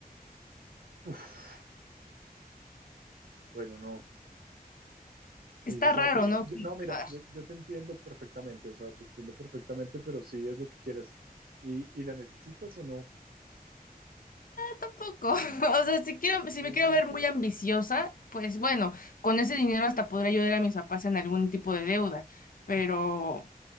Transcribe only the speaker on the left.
Está
raro,
¿no?
Ah,
tampoco. <laughs> O sea, si quiero, si
me quiero ver muy ambiciosa, pues bueno, con ese dinero hasta podré ayudar a mis papás en algún tipo de deuda. Pero